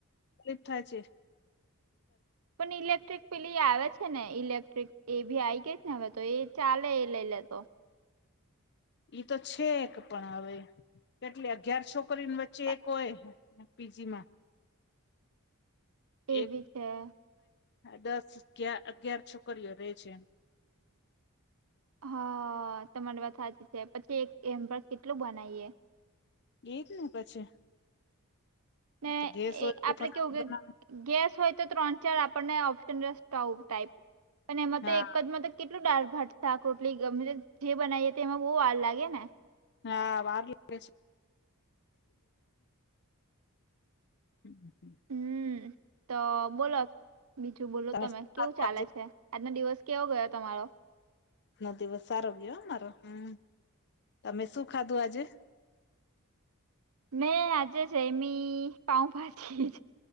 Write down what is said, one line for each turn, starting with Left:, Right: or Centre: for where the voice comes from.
Left: તકલીફ થાય છે.
Right: પણ ઈલેક્ટ્રિક પેલી આવે છે ને ઇલેક્ટ્રિક એ બી આ ગઈ હવે તો એ ચાલે એ લઈ લેતો.
Left: ઈ તો છે એક પણ હવે કેટલી અગિયાર છોક. છોકરી વચ્ચે
Right: પણ
Left: એક હોય પીજી માં
Right: એ
Left: એક
Right: બી છે
Left: દસ અગિયાર છોકરીઓ રે છે, એમ
Right: હા તમારી વાત સાચી છે પછી એક એમ પણ કેટલું બનાવીએ
Left: એજ ને પછી
Right: ને
Left: તો ગેસ હોય
Right: એ
Left: એટલે
Right: આપડે
Left: ફટાફટ
Right: કેવું કે
Left: બનાવે
Right: ગેસ હોય તો ત્રણ ચાર આપણને ઓપ્શન સ્ટોવ ટાઈપ પણ એમાં
Left: હા
Right: તો એક જ મ કેટલું દાળ ભાત શાક રોટલી જે બનાવીએ તે એમાં બહુ વાર લાગે ને
Left: હા વાર લાગે છે. હમ હમ
Right: હમ તો બોલો બીજું બોલો તમે
Left: શું
Right: કેવું
Left: ખાધું
Right: ચાલે
Left: આજે
Right: છે. આજનો દિવસ કેવો ગયો તમારો
Left: ના દિવસ સારો ગયો મારો હમ તમે શું ખાધું આજે
Right: મેં આજે જ એમી પાઉ ભાજી